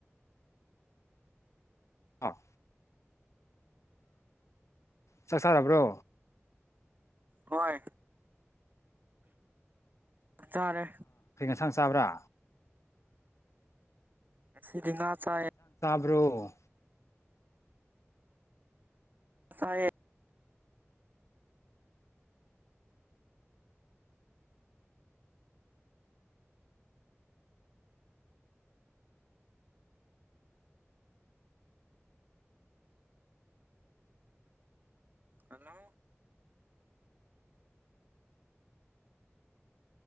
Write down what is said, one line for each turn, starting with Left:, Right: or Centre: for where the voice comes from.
Left: ꯑꯥ ꯆꯥꯛ ꯆꯥꯔꯕ꯭ꯔꯣ
Right: ꯍꯣꯏ ꯆꯥꯛꯇꯥꯔꯦ
Left: ꯥꯡ ꯆꯥꯕ꯭ꯔꯥ
Right: ꯀꯁꯤ ꯅꯥ ꯆꯦ
Left: ꯀ꯭ꯔꯣ
Right: ꯥ ꯍꯜꯂꯣ